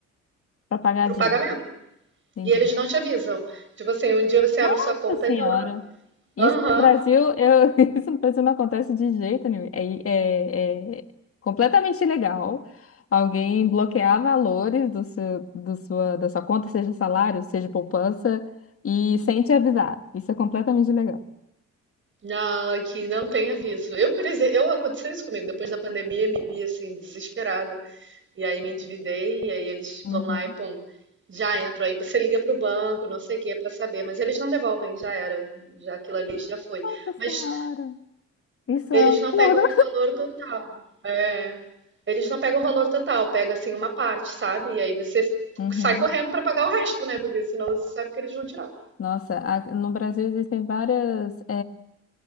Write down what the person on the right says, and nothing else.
para
o
pagamento.
E eles não te avisam. Tipo assim, um dia você abre
sua conta
e tá lá.
Aham.
Não, que não tem aviso. Eu, por exemplo, eu aconteceu isso comigo. Depois da pandemia, me vi assim, desesperada. E aí me endividei, e aí eles
vão lá e pum, já entro. Aí você liga pro banco, não sei o que, pra saber. Mas eles não devolvem, já era. Já aquilo ali já foi.
Mas
Eles
não pegam o valor total. É. Eles não pegam o valor total, pega assim uma parte, sabe? E aí você
sai correndo pra pagar o resto, né? Porque senão você sabe que eles vão tirar.